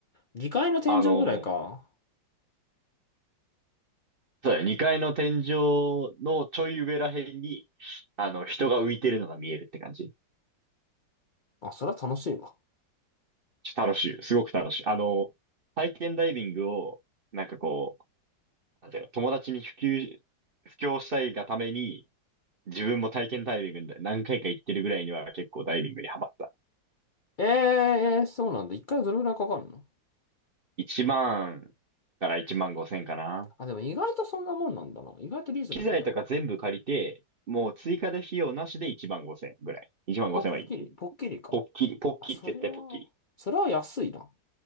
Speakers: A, on the left (about 60°); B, on the right (about 35°).
A: 2階の天井ぐらいか。
B: あの、そうだよ。2階の天井のちょい上らへんに、あの、人が浮いてるのが見えるって感じ。
A: あ、そりゃ楽しいわ。
B: ちょ楽しいよ。すごく楽しい。あの、体験ダイビングを、なんかこう、なんていうの、友達に普及、布教したいがために、自分も体験ダイビングで何回か行ってるぐらいには結構ダイビングにハマった。
A: ええー、そうなんだ。1回どれぐらいかかるの
B: 1万から1万5千かな。
A: あ、でも意外とそんなもんなんだな。意外とリーズナブルだ。
B: 機材とか全部借りて、もう追加で費用なしで1万5千ぐらい。1万5千はいい。
A: ポッキリポッキリか。
B: ポッキリ、ポッキリ、
A: あ、それは、
B: 絶対ポッキリ。い
A: それは安いな。